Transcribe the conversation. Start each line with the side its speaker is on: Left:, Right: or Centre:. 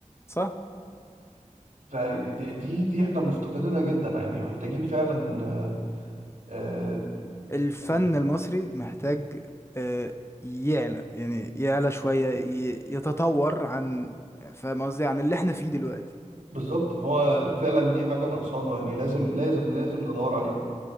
Left: صح
Right: فدي دي دي احنا مفتقدينها جدا يعني محتاجين فعلا آه، آه،
Left: الفن
Right: يعني
Left: المصري محتاج آه، يعلى يعني يعلى شوية ي- يتطور عن فاهم قصدي عن اللي احنا فيه دلوقتي
Right: بالظبط هو فعلا دي حاجة ناقصانا يعني لازم لازم لازم ندور عليها